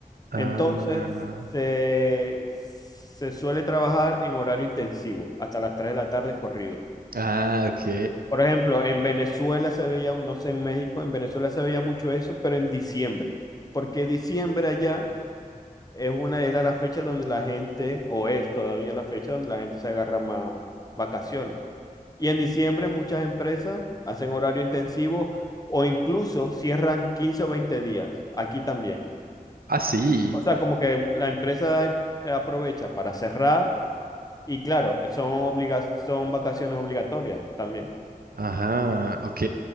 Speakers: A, on the right; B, on the left.
A: Ah,
B: Entonces, se, se suele trabajar en horario intensivo, hasta las 3 de la tarde corrido.
A: ah, ok.
B: Por ejemplo, en Venezuela se veía, un- no sé, en México, en Venezuela se veía mucho eso, pero en diciembre, porque diciembre allá es una, era la fecha donde la gente, o es todavía la fecha donde la gente se agarra más vacaciones. Y en diciembre muchas empresas hacen horario intensivo o incluso cierran 15 o 20 días, aquí también.
A: Ah, sí.
B: O sea, como que la empresa eh, aprovecha para cerrar y claro, son obliga- son vacaciones obligatorias también.
A: Ajá, ok.